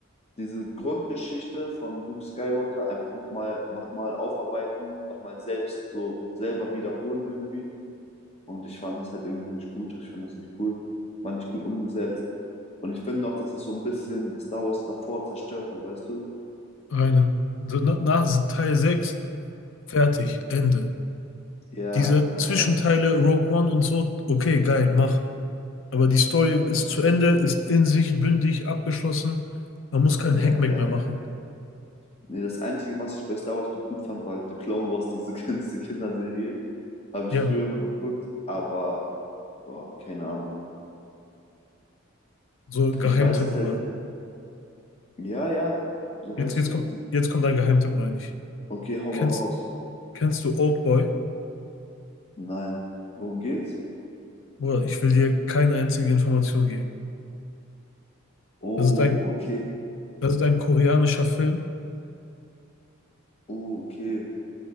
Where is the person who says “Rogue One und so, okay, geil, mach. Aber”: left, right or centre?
Left